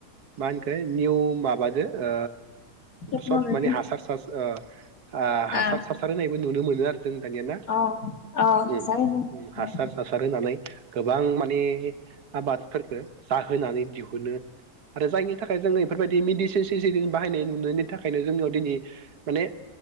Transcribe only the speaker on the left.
टेक्न'लजि
अ
अ हासार
होनाय